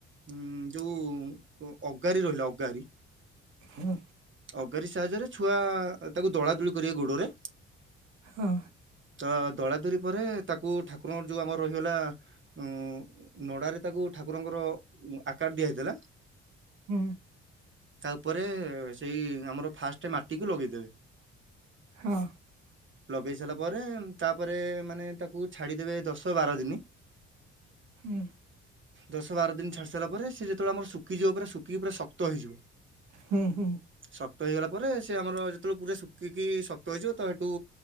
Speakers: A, on the right; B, on the right.
A: ଉଁ ଯୋଉ ଅଗାରି ରହିଲା ଅଗାରି
B: ହଁ
A: ଅଗାରି ସାହାଯ୍ୟରେ ଛୁଆ ତାକୁ ଦଳାଦଳି କରିବେ ଗୋଡରେ
B: ହଁ
A: ତ ଦଳାଦୁରି ପରେ ତାକୁ ଠାକୁରଙ୍କର ଯୋଉ ଆମର ରହିଗଲା ଉଁ ନଡାରେ ତାକୁ ଠାକୁରଙ୍କର ଆକାର ଦିଆ ହେଇଥିଲା।
B: ହୁଁ
A: ତା ଉପରେ ସେଇ ଆମର ଫାଷ୍ଟ ମାଟିକୁ ଲଗେଇଦେବେ।
B: ହଁ।
A: ଲଗେଇ ସାରିଲା ପରେ ତାପରେ ମାନେ ତାକୁ ଛାଡିଦେବେ ଦଶ ବାର ଦିନ
B: ହୁଁ
A: ଦଶ ବାର ଦିନ ଚ୍ଛାଡି ସାରିଲା ପରେ ସେ ଯେତେବେଳେ ଆମର ଶୁିଖିଯିବ ପା ଶୁଖି ପୁରା ଶକ୍ତ ହେଇଯିବ।
B: ହୁଁ ହୁଁ।
A: ଶକ୍ତ ହେଇଗଲା ପରେ ସେ ଆମର ଯେତେବେଳେ ପୁରା ଶୁଖିକି ଶକ୍ତ ହୋଇଇଯିବ ତ ସେଠୁ